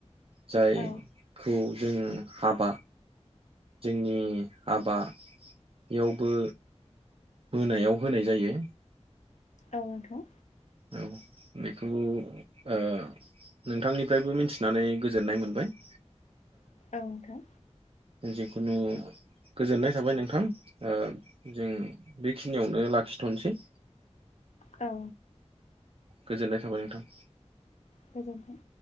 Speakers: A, on the right; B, on the left.
A: जायखौ
B: ओ
A: जों हाबा जोंनि हाबायावबो बोनायाव होनाय जायो
B: औ नोंथां
A: औ बेखौ ओ नोंथांनिफ्रायबो मिथिनानै गोजोननाय मोनबाय <inaudible>
B: औ नोंथां
A: जिखुनु गोजोननाय थाबाय नोंथां ओ जों बेखिनियावनो ला खिथनोसै
B: औ
A: गोजोननाय थाबाय नोंथां
B: गोजोन्थों